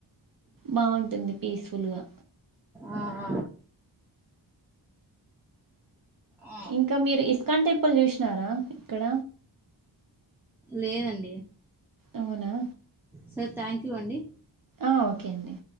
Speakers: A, on the right; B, in the centre.
A: బాగుంటుంది పీస్ఫుల్గా
B: ఆ ఆ ఆ
A: ఇంకా మీరు ఇస్కాన్ టెంపుల్ చూసినారా ఇక్కడ
B: లేదండి.
A: అవునా
B: సో థ్యాంక్ యూ అండి.
A: ఆ ఓకే అండి.